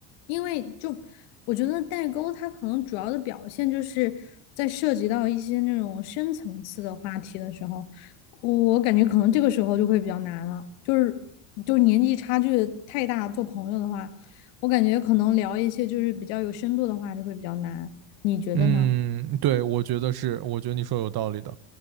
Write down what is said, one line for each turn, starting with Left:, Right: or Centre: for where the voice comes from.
Left: 因为就我觉得代沟它可能主要的表现就是在涉及到一些那种深层次的话题的时候，我感觉可能这个时候就会比较难了，就是就是年纪差距太大，做朋友的话，我感觉可能聊一些就是比较有深度的话就会比较难，你觉得呢？
Right: 嗯，对，我觉得是，我觉得你说有道理的，